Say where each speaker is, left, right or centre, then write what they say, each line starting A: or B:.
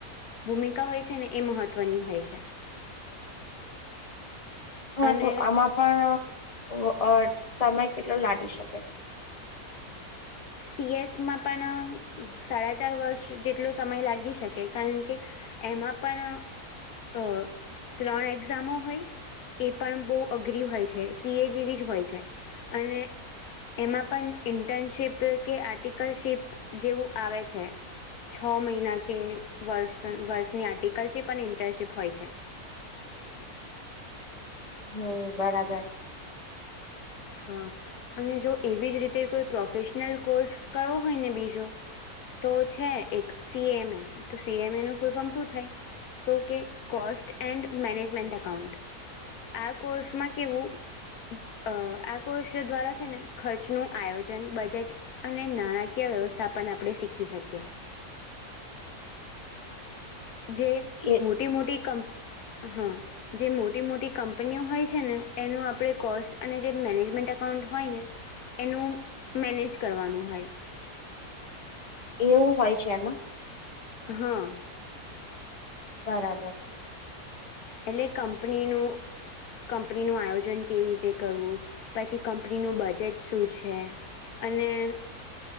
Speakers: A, on the left; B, on the left.
A: ભૂમિકા હોય છે ને એ મહત્વની હોય છે.
B: હા
A: અને
B: તો આમાં પણ સમય કેટલો લાગી શકે.
A: સીએસ માં પણ સાડા ચાર વર્ષ જેટલો સમય લાગી શકે કારણ કે એમાં પણ અ ત્રણ એક્ઝામો હોય એ પણ બહુ અઘરી હોય છે સી એ જેવી જ હોય છે અને એમાં પણ ઇન્ટર્નશીપ કે આર્ટિકલશીપ જેવું આવે છે છ મહિના કે વર્ષ વર્ષની આર્ટિકલથી પણ ઇન્ટર્નશીપ હોય છે
B: હમ્મ બરાબર
A: હા અને જો એવી જ રીતે કોઈ પ્રોફેશનલ કોર્સ કરવો હોય ને બીજો તો છે એક સીએમએ તો સીએમ એ નું ફૂલ ફોર્મ શું થાય? તો કે કોસ્ટ એન્ડ મેનેજમેન્ટ એકાઉન્ટ આ કોર્સમાં કેવું અ આ કોર્ષ દ્વારા છે ને ખર્ચ નું આયોજન બજેટ અને નાણાકીય વ્યવસ્થા પણ આપણે શીખી શકીએ જે
B: એ
A: મોટી મોટી કમપ હા જે મોટી મોટી કંપનીઓ હોય છે ને એનું આપણેે કોસ્ટ અને જે મેનેજમેન્ટ એકાઉન્ટ હોય ને? એનું મેનેજ કરવાનું હોય
B: એવું હોય છે એમાં?
A: હા
B: બરાબર
A: એટલે કંપનીનું કંપની નું આયોજન કેવી રીતે કરવું પછી કંપનીનું બજેટ શું છે? અને